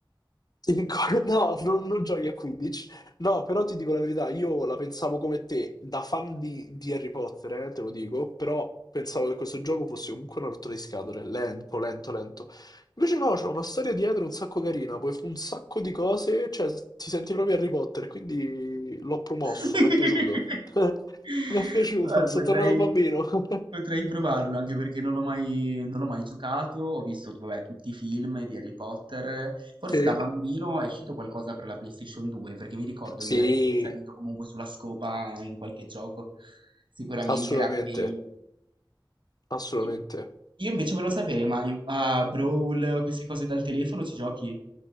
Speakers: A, on the left; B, on the right.
A: Ancora- No, non, non giochi a 15. No, però ti dico la verità, io la pensavo come te, da fan di, di Harry Potter, eh, te lo dico, però pensavo che questo gioco fosse comunque una rottura di scatole, lento, lento, lento. Invece no, c'è una storia dietro un sacco carina, puoi fare un sacco di cose, cioè ti senti proprio Harry Potter, quindi l'ho promosso,
B: <laughs>
A: mi è piaciuto. <laughs>
B: Eh,
A: Mi è piaciuto, sono
B: potrei.
A: tornato bambino. <laughs>
B: Potrei provarlo anche perché non l'ho mai, non l'ho mai giocato. Ho visto, vabbè, tutti i film di Harry Potter. Forse
A: Sì?
B: da bambino è uscito qualcosa per la PlayStation 2, perché mi ricordo di
A: Sì,
B: essere salito comunque sulla scopa in qualche gioco. Sicuramente
A: assolutamente.
B: era quello.
A: Assolutamente.
B: E Io invece volevo sapere, ma in- a Brawl o queste cose dal telefono ci giochi?